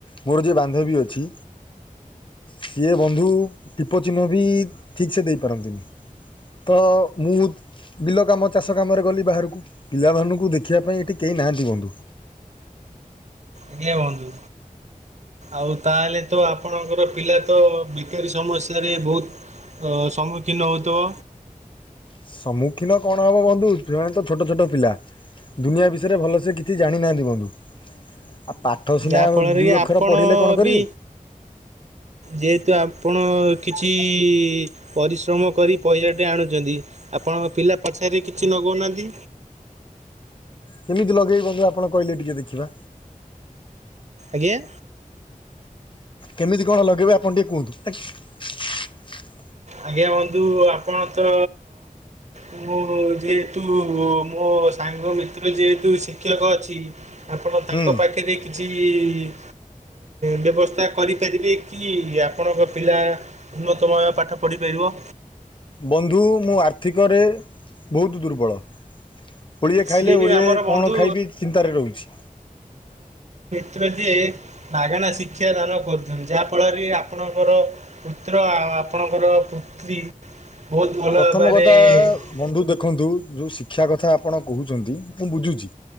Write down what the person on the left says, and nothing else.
ମୋର ଯିଏ ବାନ୍ଧବୀ ଅଛି ସିଏ ବନ୍ଧୁ ଟିପ ଚିହ୍ନ ବି ଠିକ୍ସେ ଦେଇପାରନ୍ତିନି ତ ମୁଁ ବିଲ କାମ ଚାଷ କାମରେ ଗଲି ବାହାରକୁ ପିଲାମାନଙ୍କୁ, ଦେଖିବା ପାଇଁ ଏଠୀ କିଏ ନାହାନ୍ତି ବନ୍ଧୁ।
ସମ୍ମୁଖୀନ କ ଣ ହେବ ବନ୍ଧୁ ସେମାନେ ତ ଛୋଟ ଛୋଟ ପିଲା ଦୁନିଆ ବିଷୟରେ ଭଲସେ କିଛି ଜାଣିନାହାଁନ୍ତି ବନ୍ଧୁ। ଆଉ ପାଠ ସିନା
ଦୁଇ
ଅକ୍ଷର
ପଢ଼ିଲେ କଣ କରିବେ?
କେମିତି ଲଗେଇବି ବନ୍ଧୁ ଆପଣ କହିଲେ ଟିକେ ଦେଖିବା?
କେମିତି କ ଣ ଲଗେଇବେ ଆପଣ ଟିକେ କୁହନ୍ତୁ ଆ୍ଞ?
ହୁଁ
ବନ୍ଧୁ! ମୁଁ ଆର୍ଥିକରେ, ବହୁତ ଦୁର୍ବଳ। ଓଳିଏ ଖାଇଲେ,
ଓଳିଏ
କଣ
ଖାଇବି ଚିନ୍ତାରେ ରହୁଛି।
ପ୍ରଥମ
କଥା ଆ, ବନ୍ଧୁ ଦେଖନ୍ତୁ, ଯୋଉଁ ଶିକ୍ଷା କଥା କଥା ଆପଣ କହୁଛନ୍ତି, ମୁଁ ବୁଝୁଛି।